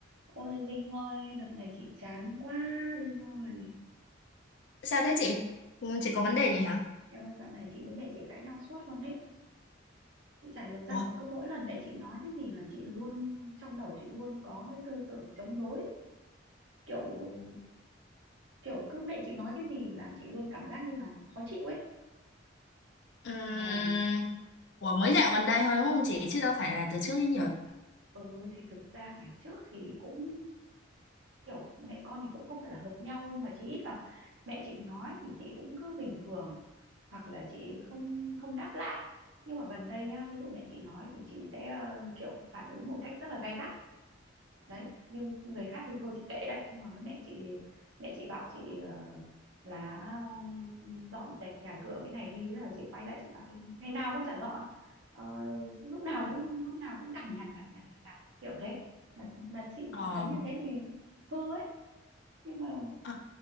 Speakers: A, on the right; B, on the left.
A: Ôi Linh ơi, đợt này chị chán quá Linh ơi.
B: Sao thế chị? Ừ, Chị có vấn đề gì hả?
A: Em ơi dạo này chị với mẹ chị cãi nhau suốt luôn ấy. Chị chả hiểu sao
B: Ủa?
A: mà cứ mỗi lần mẹ chị nói cái gì là chị luôn trong đầu chị luôn có cái tư tưởng chống đối. Kiểu kiểu cứ mẹ chị nói cái gì là chị luôn cảm giác như là khó chịu ấy.
B: Ừm,
A: Mà
B: Ủa mới dạo gần đây thôi đúng không chị? Chứ đâu phải là từ trước đến giờ.
A: ừ thì thực ra ngày trước thì cũng kiểu mẹ con thì cũng không phải là hợp nhau nhưng mà chỉ ít là mẹ chị nói thì chị cũng cứ bình thường hoặc là chị không không đáp lại nhưng mà gần đây nhá ví dụ mẹ chị nói thì chị sẽ ờ, kiểu phản ứng một cách rất là gay gắt đấy nhưng người khác thì thôi chị kệ đấy nhưng mà với mẹ chị thì mẹ chị bảo chị ờ, là ờ, dọn dẹp nhà cửa cái này đi thế là chị quay lại chị bảo "Ê, ngày nào con chả dọn Ờ, lúc nào cũng lúc nào cũng cằn nhằn cằn nhằn cằn nhằn kiểu thế mà mà chị
B: Ờ.
A: thì thấy như thế thì hư ấy nhưng mà
B: Ờ.